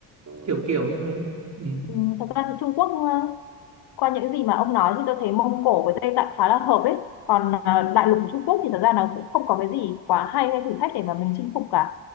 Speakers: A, on the right; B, on the left.
A: Kiểu kiểu như thế. Ừ.
B: ừ, thật ra thì Trung Quốc ờ, qua những gì mà ông nói thì tôi thấy Mông Cổ với Tây Tạng khá là hợp ấy còn à, đại lục của Trung Quốc thì thật ra nó cũng không có cái gì quá hay hay thử thách để mà mình chinh phục cả